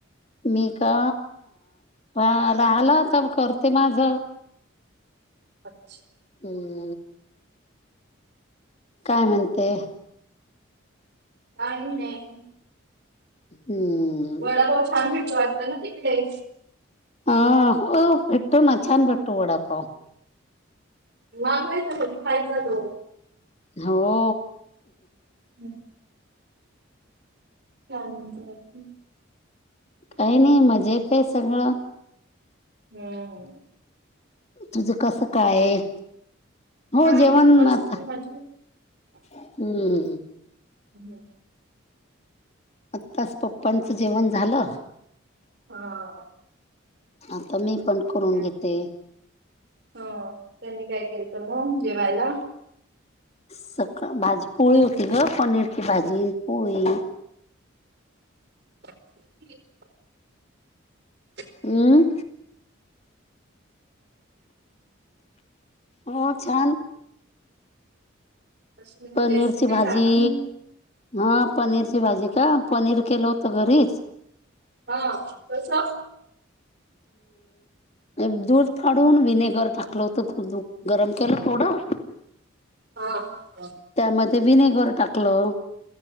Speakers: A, on the left; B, on the right.
A: मी का रा रालं तर करते माझं.
B: अच्छा!
A: हम! काय म्हणते.
B: का नाही.
A: हम!
B: वडा पाव छान भेटत वाटतं ना तिकडे,
A: अ हो भेटतो ना छान भेटतो वडापाव.
B: मागायचं पण खायचं नाही.
A: हो!
B: ह <unintelligible>
A: काही नाही मजेत आहे सगळं.
B: हम्!
A: तुझं कसं काय? हो
B: काही
A: जेवण
B: नाही मस्त
A: आता.
B: मजेत.
A: हम्!
B: हम्म?
A: आत्ताच पप्पांचं जेवण झालं.
B: हा!
A: आता मी पण
B: त्यांनी
A: करून
B: काय
A: घेते.
B: हा त्यांनी काय केलंत मग जेवायला.
A: सका भाजी पोळी होती ग! पनीरची भाजी पोळी
B: <unintelligible>
A: हमं! हो छान.
B: अशी म्हणजे
A: पनीरची
B: रेसिपी
A: भाजी.
B: सांगा ना.
A: हा पनीरची भाजी का पनीर केलं होत घरीच.
B: हा कस
A: अम दूध फाडून विनेगर टाकलं होतं दूध गरम केलं थोडं,
B: हा ह
A: त्यामध्ये विनेगर टाकलं.